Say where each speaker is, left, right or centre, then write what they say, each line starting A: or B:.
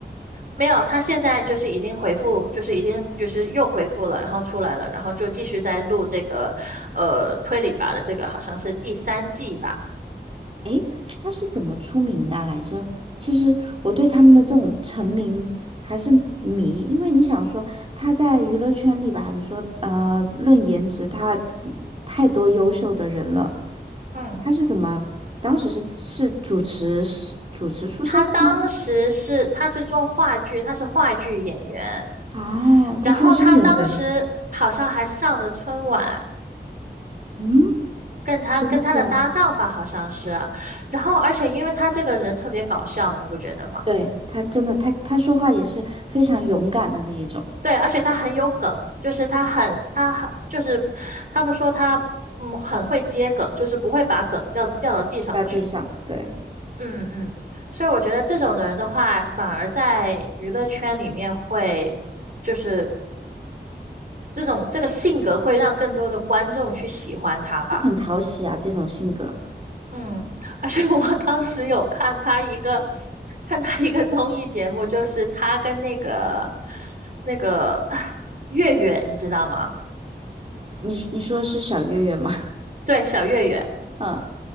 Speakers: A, on the right; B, on the right.
A: 没有，他现在就是已经回复，就是已经就是又回复了，然后出来了，然后就继续在录这个呃推理吧的这个好像是第三季吧。
B: 诶，她是怎么出名的啊来着？其实我对他们的这种成名还是迷，因为你想说他在娱乐圈里吧，你说呃论颜值，他太多优秀的人了，
A: 嗯，
B: 他是怎么当时是是主持是主持出身的吗？
A: 他当时是他是做话剧，他是话剧演员，
B: 哦，
A: 然后他当时好像还上着春晚，
B: 他居然是个演员，嗯，
A: 跟他跟他的搭档吧好像是，
B: 好神奇啊！
A: 然后而且因为他这个人特别搞笑，你不觉得吗？
B: 对，他真的，他他说话也是非常勇敢的那一种，
A: 对，而且他很有梗，就是他很他很就是他们说他嗯很会接梗，就是不会把梗掉掉到地上去。
B: 在地上，对，
A: 嗯嗯，所以我觉得这种的人的话，反而在娱乐圈里面会就是这种这个性格会让更多的观众去喜欢他吧。
B: 就很讨喜啊，这种性格。
A: 嗯，而且我 <laughs> 当时有看他一个看他一个综艺节目，就是他跟那个那个啊月月，你知道吗？
B: 你你说的是小月月吗？
A: 对，小岳岳，
B: <laughs> 嗯